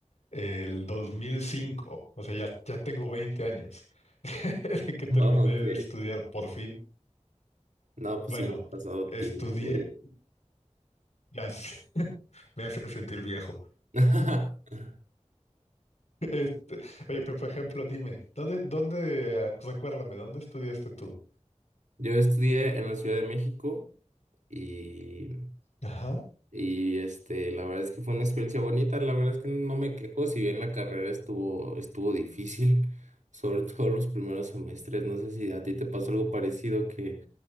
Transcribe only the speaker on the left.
El dos mil cinco O sea, ya, ya tengo 20 años <laughs> de que terminé
de estudiar por fin.
Bueno,
estudié.
Ya sé, <laughs> me hace sentir viejo.
Este, oye, pero por ejemplo, dime, ¿dónde, dónde, eh, recuérdame, ¿dónde estudiaste tú?
Ajá.